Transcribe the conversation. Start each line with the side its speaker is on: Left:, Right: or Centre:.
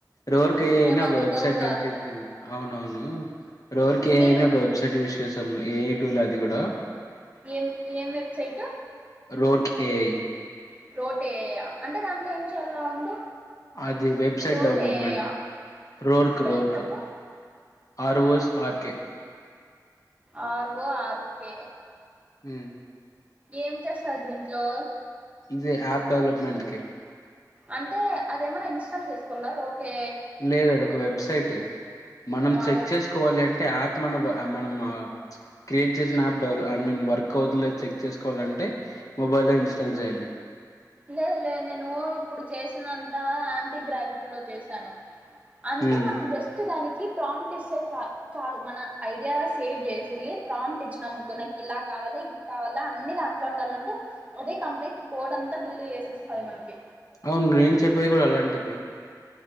Left: రోర్కే
Right: మేమంత
Left: అని ఒక వెబ్సైట్
Right: తోపు కాదు
Left: నేను
Right: గదా!
Left: చెసాను అవునవును రోర్కె
Right: మీరు
Left: ఏఐ అని ఒక వెబ్సైట్ యూజ్ చేసాము ఏఐ టూల్ అది కూడా
Right: ఏం ఏం వెబ్సైట్
Left: రోర్ కెఐ
Right: రోటేయా అంటే దాంట్లో ఏం చేయాల ఉండు
Left: అది వెబ్సైట్
Right: రోటేయా
Left: డెవలప్మెంట్ రోర్క్
Right: స్పెల్లింగ్
Left: రోర్క్
Right: చెప్పు.
Left: ఆర్వోస్ ఆర్కే
Right: ఆర్ ఒ ఆర్కే
Left: ఉమ్
Right: ఏం చేస్తరు దీంట్లో
Left: ఇది ఆప్ డెవలప్మెంట్కి
Right: అంటే అదేమన్నా ఇన్స్టాల్ చేస్ కొన్నారు ఓకే
Left: లేదు అది ఒక వెబ్సైట్ మనం
Right: ఆ
Left: చెక్
Right: వెబ్
Left: చేసు కోవాలి అంటే యాప్ మన మనం ఆ క్రియేట్ చేసిన యాప్ డెవ ఐ మీన్ వర్క్ అవుతదో లేదో చెక్ చేసుకోవాలంటే మొబైల్లో ఇన్స్టాలు చేయాలి
Right: లేదు లేదు నేను ఇప్పుడు చేసినంత యాంటీ గ్రావిట్ టీలో చేశాను అంటే
Left: ఉమ్.
Right: మనం జస్ట్ దానికి ప్రాంప్ట్ ఇస్తే చాలు చాలు మన ఐడియా సేట్ చేసి ప్రాంప్ట్ ఇచ్చినాం అనుకో నాకు ఇలా కావాల ఇవి కావాల అన్ని దాంట్లో ఉండాలంటే అదే కంప్లీట్ కోడ్ అంతా బిల్డ్ చేసిస్తది మనకి
Left: అవును నేను చెప్పేది కూడా అలాంటిదే